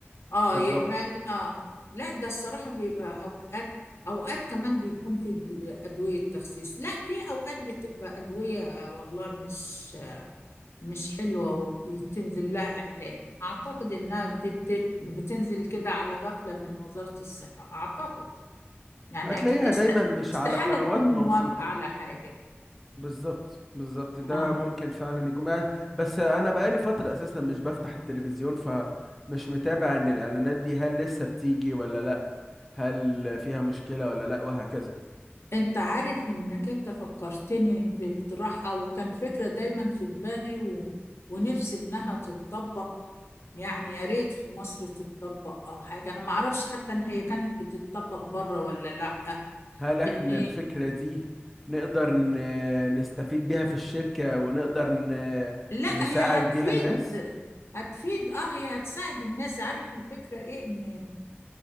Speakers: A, on the left; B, in the centre.
A: اه
B: بالظبط
A: يعمل اه لا ده الصراحة بيبقى اوقات اوقات كمان بيكون في د- ادوية تخسيس لا في اوقات بتبقى ادوية آه، والله مش مش حلوة وبتنزل لها اعلان اعتقد انها دي بتت بتنزل كده على غفلة من وزارة الصحة اعتقد يعني
B: هتلاقيها
A: اكيد است...
B: دايما مش
A: استحالة
B: على قنوات
A: تكون موافقة
B: موثوقة
A: على حاجة
B: بالظبط بالظبط ده
A: اه
B: ممكن فعلا يكون يعني- بس انا بقالي فترة اساسا مش بفتح التلفزيون فمش متابع ان الاعلانات دي هل لسه بتيجي ولا لا هل فيها مشكلة ولا لا وهكذا
A: انت عارف انك انت فكرتني باقتراح او كان فكرة دايما في دماغي و... ونفسي انها تتطبق يعني يا ريت في مصر تتطبق او حاجة انا ما اعرفش حتى ان هي كانت بتتطبق بره ولا لا
B: هل احنا
A: ان
B: الفكرة دي نقدر ن- نستفيد بيها في الشركة ونقدر ن-
A: لا
B: نساعد
A: هي هتفيد
B: بيها الناس
A: هتفيد اه هي هتساعد الناس عارف الفكرة ايه ان